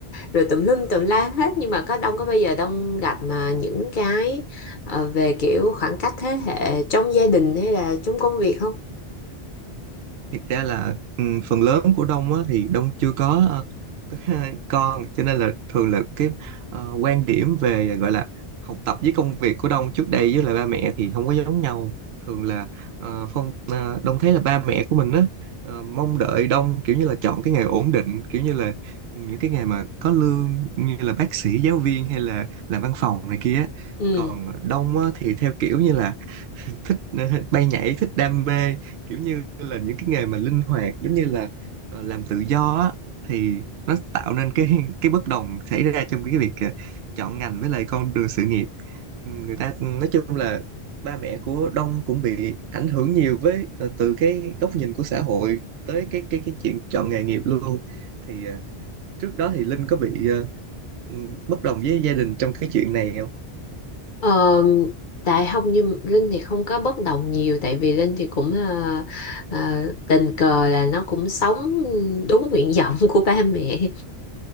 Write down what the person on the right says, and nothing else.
thiệt ra là ừ, phần lớn của Đông á, thì Đông chưa có ờ, có <laughs> con cho nên là thường là cái ờ, quan điểm về gọi là học tập với công việc của Đông trước đây với lại ba mẹ thì không có giống nhau thường là ờ, phong ờ, Đông thấy là ba mẹ của mình á ờ, mong đợi Đông kiểu như là chọn cái nghề ổn định kiểu như là những cái nghề mà có lương như là bác sĩ giáo viên hay là làm văn phòng này kia á.
còn Đông á, thì theo kiểu như là thích ờ, bay nhảy thích đam mê kiểu như là những cái nghề mà linh hoạt giống như là ờ, làm tự do á, thì nó tạo nên cái cái bất đồng xảy ra trong cái việc ờ, chọn ngành với lại con đường sự nghiệp Ừ, người ta nói chung là ba mẹ của Đông cũng bị ảnh hưởng nhiều với ờ, từ cái góc nhìn của xã hội tới cái cái cái chuyện chọn nghề nghiệp luôn thì ờ, trước đó thì Linh có bị ờ, ừ, bất đồng với gia đình trong cái chuyện này không?